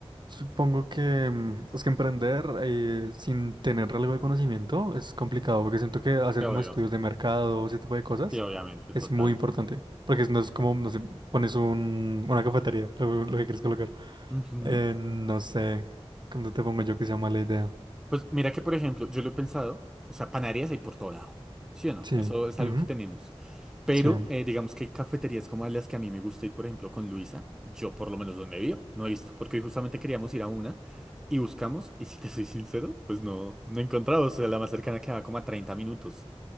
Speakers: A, on the right; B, in the centre.
A: supongo que mm, es que emprender eh, sin tener algo de conocimiento es complicado, porque siento que hacer
B: Te
A: como
B: obvio.
A: estudios de mercado, ese tipo de cosas,
B: Sí, obviamente,
A: es
B: total.
A: muy importante, porque no es como, no sé, pones un, una cafetería, lo, lo que quieres colocar.
B: Ujú.
A: Eh, no sé, ¿cómo te pongo yo que sea mala idea?
B: Pues mira que, por ejemplo, yo lo he pensado, o sea, panaderías hay por todo lado, ¿sí o no?
A: Sí,
B: Eso es
A: ujú,
B: algo que tenemos. Pero
A: sí.
B: eh, digamos que cafeterías como las que a mí me gusta ir, por ejemplo, con Luisa, yo por lo menos donde vivo, no he visto, porque hoy justamente queríamos ir a una y buscamos, y si te soy sincero, pues no, no he encontrado, o sea, la más cercana quedaba como a 30 minutos.